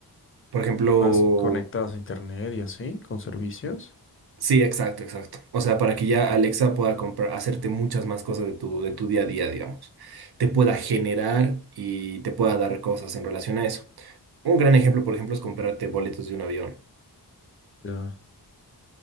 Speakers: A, on the right; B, on the left.
A: por ejemplo,
B: Más conectadas a internet y así, con servicios.
A: sí, exacto, exacto. O sea, para que ya Alexa pueda comprar, hacerte muchas más cosas de tu, de tu día a día, digamos. Te pueda generar y te pueda dar cosas en relación a eso. Un gran ejemplo, por ejemplo, es comprarte boletos de un avión.
B: Ya.